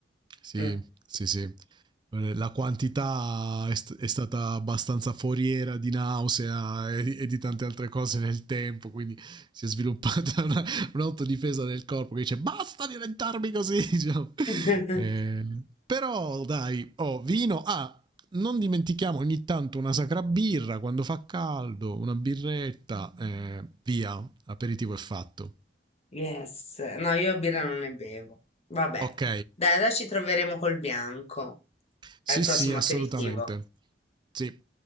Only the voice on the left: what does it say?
Mm.
<laughs>
Yes, no, io birra non ne bevo. Vabbè,
dai, adesso ci troveremo col bianco
al prossimo
aperitivo.